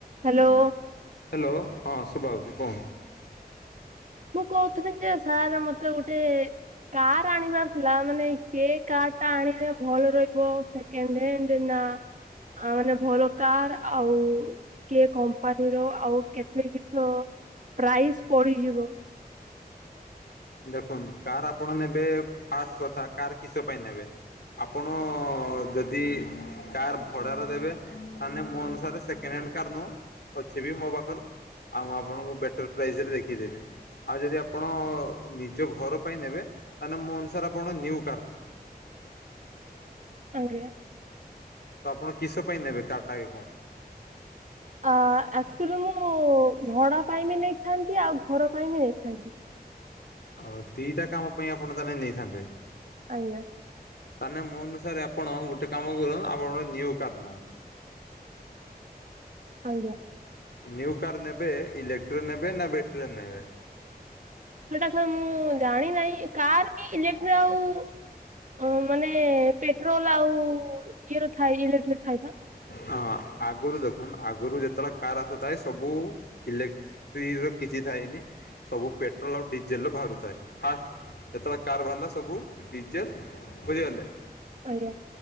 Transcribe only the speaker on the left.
ହ୍ୟାଲୋ ହଁ ସୁଭାଯାଉଚି କହନ୍ତୁ।
ଦେଖନ୍ତୁ କାର୍ ଆପଣ ନେବେ ଫାଷ୍ଟ କଥା କାର କିସ ପାଇଁ ନେବେ? ଆପଣ ଯଦି କାର୍ ଭଡ଼ାରେ ଦେବେ ତାନେ ମୋ ଅନୁସାରେ ସେକେଣ୍ଡ ହ୍ୟାଣ୍ଡ କାର୍ ନାଉନୁ ଅଛି ବି ମୋ ପାଖରେ ଆଉ ମୁଁ ଆପଣଙ୍କୁ ବେଟର୍ ପ୍ରାଇସ୍ ରେ ଦେଖିଦେବି ଆଉ ଯଦି ଆପଣ ନିଜ ଘର ପାଇଁ ନେବେ ତାହେଲେ ମୋ ଅନୁସାରେ ଆପଣ ନିଉ କାର୍ ନି
ତ ଆପଣ କିସ ପାଇଁ ନେବେ କାରଟା ଆଗେ କୁ
ଆଉ ଦିଟା କାମ ପାଇଁ ଆପଣ ତାହେଲେ ନେଇଥାନ୍ତେ
ତାନେ ମୋ ଅନୁସାରେ ଆପଣ ଗୋଟେ କାମ କରନ୍ତ ଆପଣ ନିଉ କାର ନୁ
ନିୟୁ କାର୍ ନେବେ ଇଲେକ୍ଟ୍ରି ନେବେ ନା ବ୍ୟାଟେରୀରେ ନେବେ?
ହଁ ଆଗରୁ ଦେଖୁନ୍ତ ଆଗରୁ ଯେତେବେଳେ କାର୍ ଆସୁଥାଏ ସବୁ ଇଲେକ୍ ତ୍ରି ର କିଛି ଥାଇନି ସବୁ ପେଟ୍ରୋଲ ଆଉ ଡିଜେଲ ର ବାହାରୁଥାଏ ଫାଷ୍ଟ ଯେତେବେଳେ କାର ବାହାରିଲା ସବୁ ଡିଜେଲ ବୁଝିଗଲେ